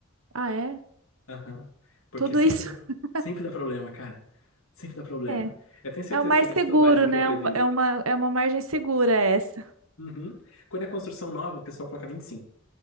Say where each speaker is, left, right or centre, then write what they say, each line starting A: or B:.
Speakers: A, on the right; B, on the left.
A: Ah, é?
B: Aham. Porque
A: Tudo
B: sempre
A: isso?
B: dá, pro-
A: <laughs>
B: sempre dá problema, cara. Sempre dá problema.
A: É.
B: Eu tenho certeza
A: É o mais
B: que você gastou
A: seguro,
B: mais do que
A: né?
B: o previsto.
A: É um- é uma, é uma margem segura essa.
B: Uhum. Quando é construção nova, o pessoal coloca 25,